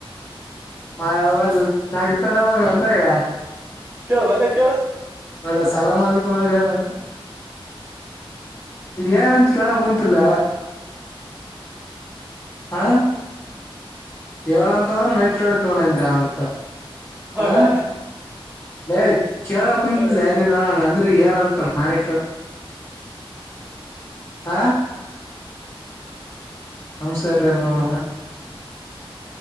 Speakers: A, on the left; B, on the right.
A: ಹಲ್ ನಗತಾನ ಅಂದಾಗ
B: ಕೇಳುವ ಅಲ್ಲ ಕೇಳ
A: ಅಲ್ಲ ಸಲಾಮಲ್ಕುಮ ಅ ಏನಂತ ಕೇಳಕ್ ಕುಂತಲ್ಲ ಹಾ ಹೇಳಏಂತ ಅಂದ್ರ ಮೆಟ್ಲು ಇಡತತ್ ನೋಡಂತ ಅಂತ
B: ಹೌನಾ
A: ಹ ೇ ಕೇಳ ಕುಂತಿಲ್ಲನ
B: ಹ
A: ನಳ ಹಂಗಂದ ರಿ ಏನಂತ ನನ್ೇ ಆ ಹಮ ಸರ್ ರೇ ಮಾಮಾ